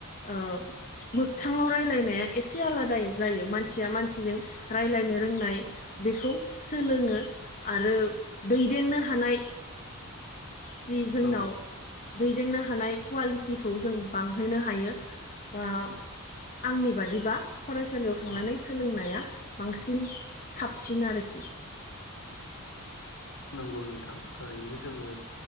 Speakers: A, on the left; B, on the left.
A: ओ मोगथाङाव रायलायनाया एसे आलादायै जायो मानसिया मानसिजों राय्लायनो रोंनाय बेखौ सोलोंङो आरो दैदेननो हानाय
B: <inaudible>
A: जि जोंनाव
B: औ
A: दैदेननो हानाय कुवालिटिखौ जों बांहोनो हायो बा आंनि बादिबा फरायसालियाव थांनानै
B: औ
A: सोलोंनाया बांसिन साबसिन आरोखि।
B: नंगौ नोंथां थारैनो जोंङो